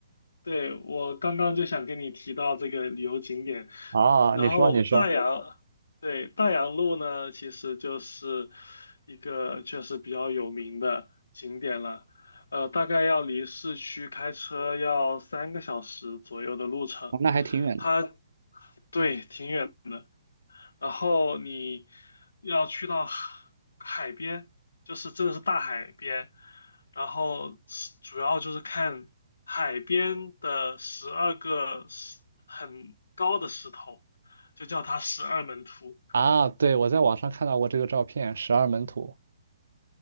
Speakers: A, on the left (about 80°); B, on the right (about 80°).
A: 对，我刚刚就想跟你提到这个旅游景点，
B: 啊，
A: 然后大洋，
B: 你说你说，
A: 对，大洋路呢，其实就是一个确实比较有名的景点了，呃，大概要离市区开车要三个小时左右的路程，
B: 哦那还挺远的。
A: 它，对，挺远。的。然后你要去到海海边，就是真的是大海边，然后是主要就是看海边的十二个石很高的石头，就叫它十二门徒。
B: 啊，对，我在网上看到过这个照片，十二门徒。